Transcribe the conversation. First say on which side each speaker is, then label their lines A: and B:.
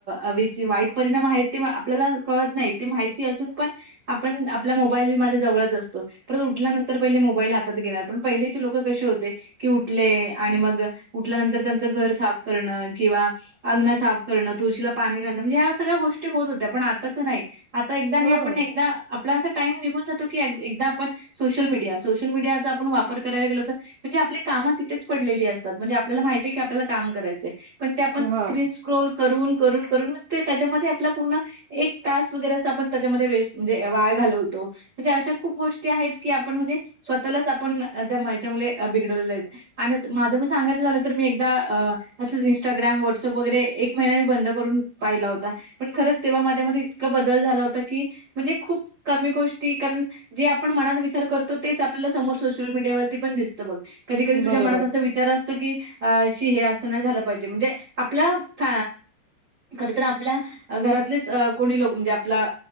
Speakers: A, on the right (about 40°); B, on the right (about 85°).
A: अविची वाईट परिणाम आहेत ते आपल्याला कळत नाही ते माहिती असून पण आपण आपल्या मोबाईल माझ्या जवळच असतो परत उठल्यानंतर पहिले मोबाईल हातात घेणार पण पहिलेचे लोक कशे होते कि उठले आणि मग उठल्यानंतर त्यांचं घर साफ करणं किंवा अगंन साफ करणं तुळशीला पाणी घाणं म्हणजे ह्याच सगळ्या गोष्टी होत होत्या पण आताच्या नाही आता एकदा आणि
B: हा
A: आपण एकदा आपला असं टाइम निघून जातो की एकदा आपण सोशल मीडिया सोशल मीडियाचा आपण वापर करायला गेलो तर म्हणजे आपली कामं तिथेच पडलेली असतात म्हणजे आपल्याला माहितीय की आपल्याला काम करायचं. पण ते आपण स्क्रीन
B: हा
A: स्क्रोल करून करून करून म्हणजे त्याच्यामध्ये आपला पूर्ण एक तास वगैरे अस आपण त्याच्यामध्ये वेस्ट म्हणजे वाया घालवतो. म्हणजे अशा खूप गोष्टी आहेत की आपण म्हणजे स्वतःलाच आपण दमायच्यामुळे बिघडवलेले आहेत. आणि माझं मग सांगायचं झालं तर मी एकदा अ असंच इंस्टाग्राम व्हॉट्सअप वगैरे एक महिना मी बंद करून पाहिला होत ता पण खरंच तेव्हा माझ्या मध्ये इतक बदल झाला होता की म्हणजे खूप कमी गोष्टी कारण जे आपण मनात विचार करतो तेच आपल्याला समोर सोशल मीडियावरती पण दिसतं बघ कधी कधी तुझ्या
B: बरोबर
A: मनात असं वि विचार असत की अ शी हे अस नाही झालं पाहिजे म्हणजे आपल्या फ कधी तर आपल्या घरातलीच कोणी लोक म्हणजे आपला